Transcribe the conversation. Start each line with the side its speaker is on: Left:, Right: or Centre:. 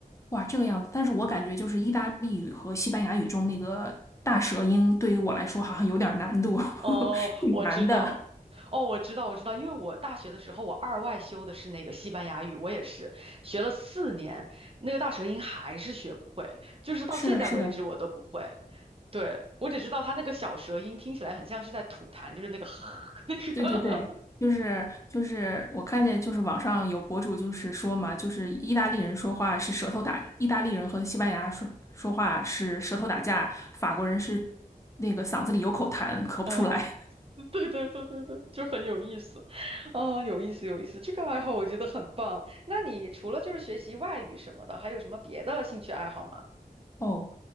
Left: 哇，这个样子。但是我感觉就是意大利语和西班牙语中那个大舌音，对于我来说好像有点儿难度，
Right: 哦，
Left: <laughs> 挺难的。
Right: 我知道，哦，我知道，我知道，因为我大学的时候，我二外修的是那个西班牙语，我也是学了四年，那个大舌音还是学不会，就是到现在为止我都不会。
Left: 是的，是的。
Right: 对，我只知道他那个小舌音听起来很像是在吐痰，就是那个 <laughs> 那个，
Left: 对对对，就是就是我看见就是网上有博主就是说嘛，就是意大利人说话是舌头打，意大利人和西班牙说说话是舌头打架，法国人是那个嗓子里有口痰，咳不出来。
Right: 啊，对对对对对，就很有意思，哦，有意思有意思，这个爱好我觉得很棒。那你除了就是学习外语什么的，还有什么别的兴趣爱好吗？
Left: <laughs> 哦，